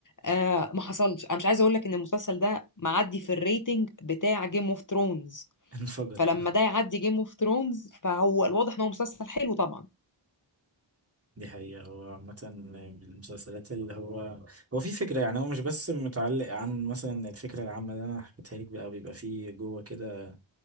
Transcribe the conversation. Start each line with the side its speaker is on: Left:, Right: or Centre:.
Left: آه ما حصلش انا مش عايزه اقول لك ان المسلسل ده معدي في الريتنج بتاع جيم اوف ثرونز
Right: انفجر
Left: فلما ده يعدي جيم اوف ثرونز فهو الواضح ان هو مسلسل حلو طبعا
Right: دي حقيقة هو عامة من المسلسلات اللي هو هو في فكرة يعني هو مش بس متعلق عن مثلا الفكرة العامة اللي أنا حكيتها لك بقى بيبقى فيه جوه كده